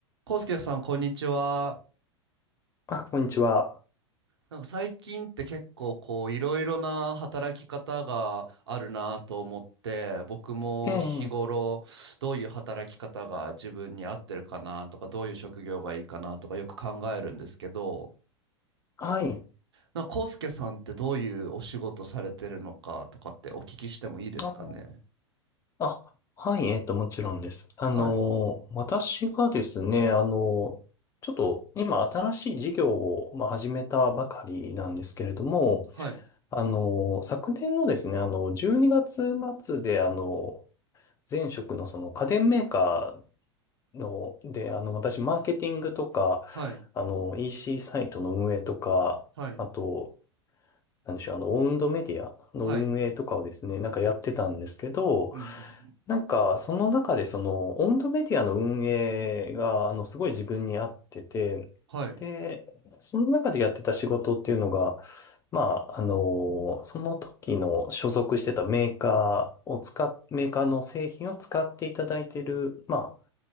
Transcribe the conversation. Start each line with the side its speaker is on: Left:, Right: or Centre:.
Right: コウスケさん、こんにちは。
Left: あ、こんにちは。
Right: なんか最近って結構こういろいろな働き方があるなと思って、僕も日頃どういう働き方が自分に合ってるかなとか、
Left: ええ、
Right: どういう職業がいいかなとかよく考えるんですけど、
Left: はい。
Right: なんかコウスケさんってどういうお仕事されてるのかとかってお聞きしてもいいですかね。
Left: あ、あはい、えっと、もちろんです。あの、
Right: はい、
Left: 私がですね、あの、ちょっと今新しい事業を、まあ、始めたばかりなんですけれども、
Right: はい、
Left: あの、昨年のですね、あの、12月末で、あの、前職のその家電メーカーの、で、あの、私、マーケティングとか、
Right: はい、
Left: あの、EC サイトの運営とか、
Right: はい、
Left: あと、なんでしょう、あの、オウンドメディアの運営とかをですね、
Right: はい、
Left: なんかやってたんですけど、
Right: うんうんうん、
Left: なんか、その中で、その、オウンドメディアの運営が、あの、すごい自分に合ってて、
Right: はい、
Left: で、その中でやってた仕事っていうのが、まあ、あの、その時の所属してたメーカーを使っ、メーカーの製品を使っていただいてる、まあ、